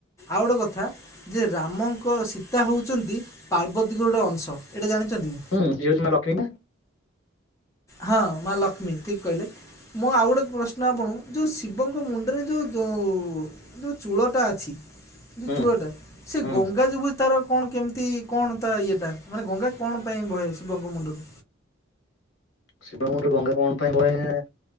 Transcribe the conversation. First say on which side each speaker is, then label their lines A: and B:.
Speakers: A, on the left (about 15°); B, on the left (about 70°).
A: ଆଉ ଗୋଟେ କଥା ଯେ ରାମଙ୍କ ସୀ ସୀତା ହେଉଚନ୍ତି ପାର୍ବତୀଙ୍କ ଗୋଟେ ଅଂଶ। ଏଇଟା ଜାଣିଛନ୍ତି?
B: ହୁଁ ସିଏ ହଉଚି ମା ଲକ୍ଷ୍ମୀ ବା।
A: ହଁ ମା ଲକ୍ଷ୍ମୀ। ଠିକ କହିଲେ। ମୁଁ ଆଉ ଗୋଟେ ପ୍ରଶ୍ନ ଆପଣଙ୍କୁ ଯୋଉ ଶିବଙ୍କ ମୁଣ୍ଡରେ ଯୋଉ ଯୋଉ ଯୋଉ ଚୂଳଟା ଅଛି ଯୋଉ
B: ହୁଁ
A: ଚୂଳଟା। ସେ
B: ହୁଁ
A: ଗଙ୍ଗା ଯିବୁ ତାର କଣ କେମିତି କଣ ତା ଇଏଟା? ମାନେ ଗଙ୍ଗା କଣ ପାଇଁ ବହେ ଶିବଙ୍କ ମୁଣ୍ଡରୁ?
B: ଶିବଙ୍କ ମୁଣ୍ଡରୁ ଗଙ୍ଗା କଣ ପାଇଁ ବହେ